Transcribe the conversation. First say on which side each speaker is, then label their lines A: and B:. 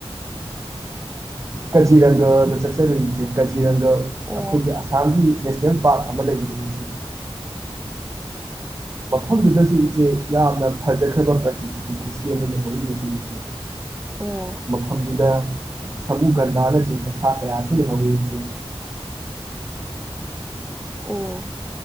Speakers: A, on the right; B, on the right.
A: ꯀꯖꯤꯔꯥꯪꯒꯗ ꯆꯠꯆꯔꯨꯏ ꯏꯆꯦ ꯖꯤꯔꯪꯒ
B: ꯑꯣ
A: ꯑꯩꯈꯣꯏꯒꯤ ꯑꯁꯥꯝꯒꯤ ꯅꯦꯁꯅꯦꯜ ꯄꯥꯔꯛ ꯑꯃ ꯂꯩꯕꯗꯣ ꯏꯆꯦ ꯃꯐꯝꯗꯨꯗꯁꯨ ꯏꯆꯦ ꯌꯥꯝꯅ ꯐꯖꯈ꯭ꯔꯕ ꯄ꯭ꯔꯀꯤꯇꯤꯒꯤ ꯈꯨꯁꯦꯝꯅꯤ ꯂꯩꯍꯧꯔꯤꯕꯁꯦ ꯏꯆꯦ
B: ꯑꯣ
A: ꯃꯐꯝꯗꯨꯗ ꯁꯃꯨ ꯒꯟꯗꯥꯅꯆꯤꯡꯕ ꯁꯥ ꯀꯌꯥꯁꯨ ꯂꯩꯍꯧꯋꯤ ꯏꯆꯦ
B: ꯑꯣ